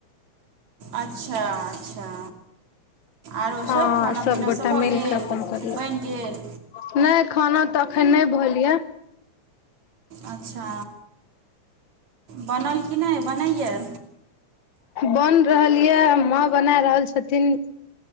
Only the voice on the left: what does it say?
हँ
सबगोटा
मिल
कऽ अपन करलक
नहि खाना तऽ अखन नहि भेल यै
बन रहल याऽ मां बना रहल छथिन।